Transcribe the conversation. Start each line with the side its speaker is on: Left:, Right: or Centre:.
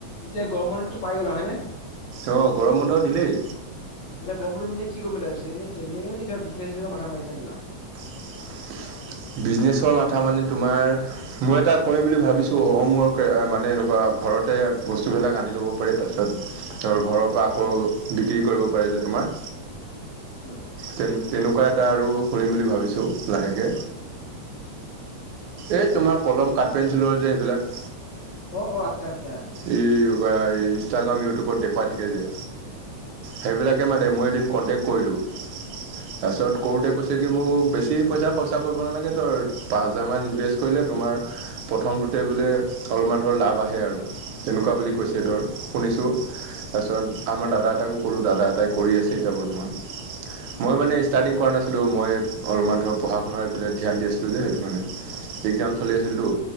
Left: এতিয়া গৰম বন্ধটো পাই গ'লা হয় নে।
Right: অ গৰম বন্ধ দিলেই।
Left: এতিয়া গৰমখনত মানে কি কৰিম বুলি ভাবিছা এনে ট্ৰেভেলিং নে কিবা বিজনেচ ছিচনেছৰ মাথা মাৰিছা কিবা।
Right: <unintelligible> বিজনেছৰ মাথা মানে তোমাৰ মই এটা কৰিম বুলি ভাবিছো হম ৱৰ্ক মানে এনেকুৱা। ঘৰতে বস্তুবিলাক আনি ল'ব পাৰি তাৰপিছত ধৰ ঘৰৰ পৰা আকৌ বিক্ৰী কৰিব পাৰে যিটো। মাৰ
Left: অ' কি বস্তু বাৰু?
Right: তেনেকুৱা এটা আৰু খুলিম বুলি ভাবিছোঁ লাহেকে।
Left: <inaudible>
Right: এই
Left: পাৰি
Right: তোমাৰ
Left: বাৰু
Right: কলম কাট পেঞ্চিলৰ যে সেইবিলাক।
Left: অ অ আচ্ছা। আচ্ছা
Right: এই ইনষ্টাগ্ৰাম ইউটিউবত দেখুৱাই থাকে যে।
Left: হয় হয়।
Right: সেইবিলাকে মানে মই এদিন কণ্টেক্ট কৰিলোঁ
Left: হয়
Right: তাৰপিছত। কৰোতে কৈছে কি মোক বেছি পইচা খৰচা কৰিব নালাগে ধৰ পাঁচ হোজাৰমান ইনভেষ্ট কৰিলে তোমাৰ। প্ৰথমটোতে বোলে অলপমান ধৰ লাভ আহে আৰু তেনেকুৱা
Left: হয়
Right: বুলি কৈছে ধৰ। শুনিছোঁ তাৰপিছত আমাৰ দাদা এটাকো ক'লোঁ দাদা এটাই কৰি আছে এতিয়া বৰ্তমান।
Left: হয়
Right: মই মানে। ষ্টাৰ্টিং কৰা নাোঁ মই অলপমান ধৰক পঢ়া শুনা এই পেলাই ধ্যান দি আছিলোঁ যে সেইটো কাৰণে।
Left: হয় হয়
Right: এক্সাম
Left: হয়
Right: চলি আছিলতো।